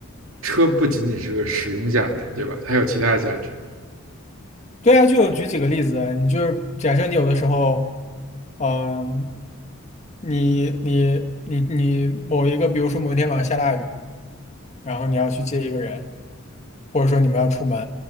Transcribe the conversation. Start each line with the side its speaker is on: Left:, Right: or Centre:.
Right: 车不仅仅是个使用价值，对吧？它有其他价值。
Left: 对啊，就举几个例子啊，你就是假设你有的时候，嗯、你你你你某一个，比如说某一天晚上下大雨，然后你要去接一个人，或者说你们要出门，